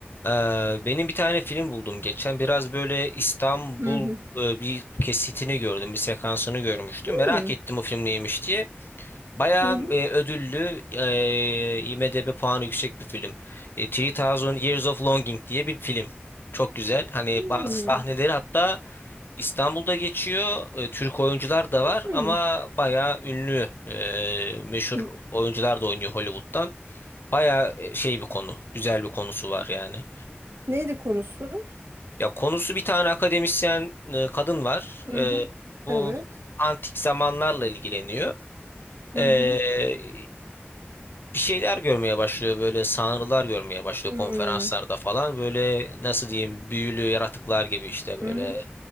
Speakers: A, on the left (about 60°); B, on the right (about 70°).
A: Ee, benim bir tane film buldum geçen. Biraz böyle İstanbul
B: Hı hı.
A: e, bir kesitini gördüm, bir sekansını görmüştüm.
B: Hı
A: Merak
B: hı.
A: ettim o film neymiş diye. Bayağı
B: Hı hı.
A: e, ödüllü, e, IMDb puanı yüksek bir film. E, 3000 Years of Longing diye bir film. Çok güzel. Hani
B: Hı
A: bazı
B: hı.
A: sahneleri hatta İstanbul'da geçiyor. E, Türk oyuncular da var
B: Hı.
A: ama bayağı ünlü, e, meşhur
B: İyi.
A: oyuncular da oynuyor Hollywood'dan. Bayağı e, şey bir konu, güzel bir konusu var yani.
B: Neydi konusu?
A: Ya konusu bir tane akademisyen e, kadın var.
B: Hı
A: E,
B: hı.
A: bu
B: Evet.
A: antik zamanlarla ilgileniyor.
B: Hı
A: E,
B: hı.
A: bir şeyler görmeye başlıyor böyle sanrılar görmeye başlıyor
B: Hmm,
A: konferanslarda falan böyle nasıl diyeyim büyülü yaratıklar gibi işte
B: Hı
A: böyle
B: hı.